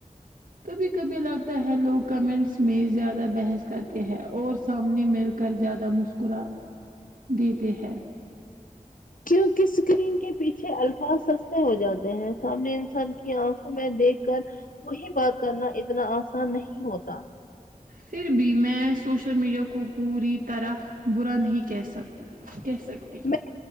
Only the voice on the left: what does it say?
کیونکی اسکرین کے پیچھے الفاظ سستے ہو جاتے ہیں سامنے انسان کی آنکھوں میں دیکھ کر کوئی بات کرنا اتنا آسان نہیں ہوتا
میں